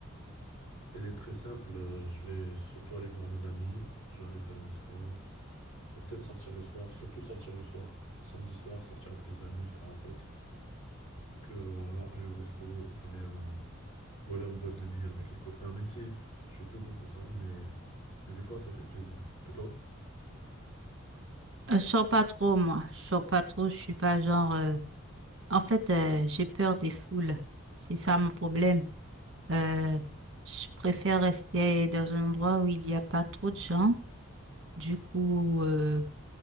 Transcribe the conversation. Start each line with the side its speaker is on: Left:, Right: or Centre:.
Left: elle est très simple. Euh, Je vais surtout aller voir mes amis, je vais aller faire mon sport, Et peut-être sortir le soir, surtout sortir le soir. Le samedi soir, sortir avec les amis, faire la fête. Que voilà, aller au resto ou aller en, ou aller en boîte de nuit avec les copains. Même si je fais plus beaucoup ça, mais, mais des fois ça fait plaisir. Et toi?
Right: Euh, je sors pas trop, moi. Je sors pas trop. Je suis pas genre. euh, En fait, euh, j'ai peur des foules. C'est ça mon problème. Euh, je préfère rester dans un endroit où il n'y a pas trop de gens. Du coup, euh,